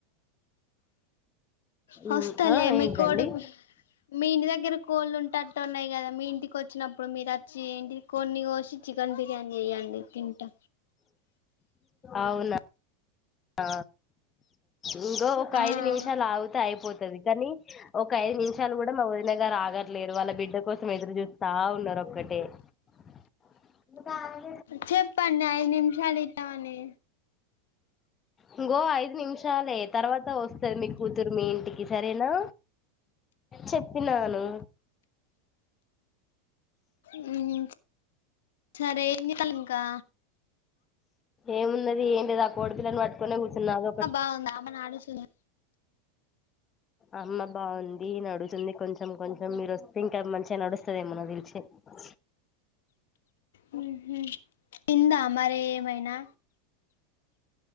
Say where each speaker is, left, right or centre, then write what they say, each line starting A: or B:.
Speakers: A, on the left; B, on the left.
A: వస్తాలే
B: ఉమ్, ఆ
A: మీ
B: ఏంటిదండి
A: కోడి మీ ఇంటి దగ్గర కోళ్ళు ఉంటట్టు ఉన్నాయి కదా మీ ఇంటికి వచ్చినప్పుడు మీరు వచ్చి ఏంటి కొన్ని కోసి చికెన్ బిర్యానీ చెయ్యండి తింటా
B: అవునా ఆ ఇంగో ఒక
A: ఆ
B: ఐదు నిమిషాలు ఆగుతే అయిపోతది కానీ ఒక ఐదు నిమిషాలు కూడా మా వదిన గారు ఆగట్లేరు వాళ్ళ బిడ్డ కోసం ఎదురు చూస్తా ఉన్నారు ఒక్కటే <unintelligible>
A: చెప్పండి ఐదు నిమిషాలు ఇత్తమని
B: ఇంగో ఐదు నిమిషాలే తర్వాత వస్తది మీ కూతురు మీ ఇంటికి సరేనా చెప్పినాను
A: మ్మ్ సరే ఎన్నికలు ఇంకా
B: ఏమున్నది ఏంటి లేదు ఆ కోడిపిల్లను పట్టుకునే కూర్చున్నా అదోకటి
A: అవున మా నాన్న వస్తుండు
B: అమ్మ బాగుంది నడుగుతుంది కొంచెం కొంచెం మీరు వస్తే ఇంకా మంచిగా నడుస్తదేమో నాకు తెలిసి బ
A: మ్మ్ఉహ్మ్ తిందా మరి ఏమైనా